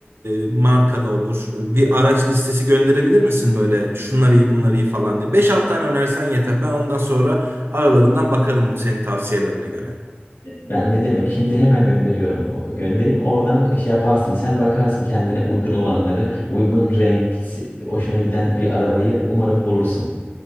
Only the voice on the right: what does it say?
e, markada olur. Bir araç listesi gönderebilir misin böyle şunları iyi bunları iyi falan diye. Beş 6 tane önersen yeter. Ben ondan sonra aralarından bakarım bu senin tavsiyelerine göre.